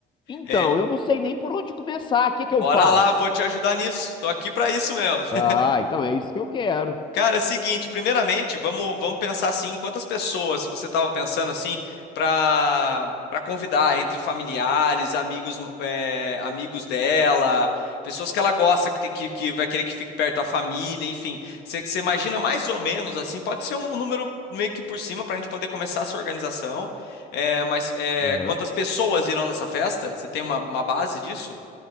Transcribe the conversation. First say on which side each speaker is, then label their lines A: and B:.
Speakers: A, on the left; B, on the left.
A: então,
B: É,
A: eu não sei nem por onde começar. O que
B: bora
A: que eu faço?
B: lá, vou te ajudar nisso. Tô aqui pra isso mesmo. <laughs>
A: Ah, então é isso que eu quero.
B: Cara, é o seguinte, primeiramente, vamos, vamos pensar assim, quantas pessoas você estava pensando assim para para convidar entre familiares, amigos é, amigos dela, pessoas que ela gosta, que, te- que, que vai querer que fique perto da família, enfim. Você, você imagina mais ou menos assim, pode ser um número meio que por cima para a gente poder começar essa organização, é, mas é,
A: Aham.
B: quantas pessoas irão nessa festa? Você tem uma, uma base disso?